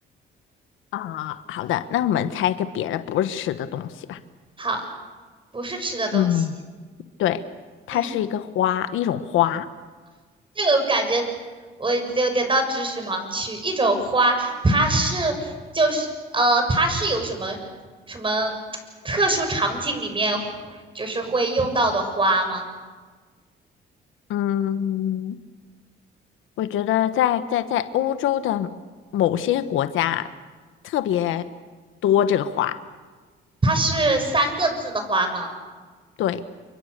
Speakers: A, on the left; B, on the right.
A: 啊，好的，那我们猜一个别的不是吃的东西吧。
B: 好，不是吃的东西。
A: 嗯对，它是一个花，
B: 嗯，
A: 一种花。
B: 这个我感觉我有点到知识盲区。一种花，它是就是呃，它是有什么什么特殊场景里面就是会用到的花吗？
A: 嗯，我觉得在在在欧洲的某些国家特别多这个花。
B: 它是三个字的花吗？
A: 对，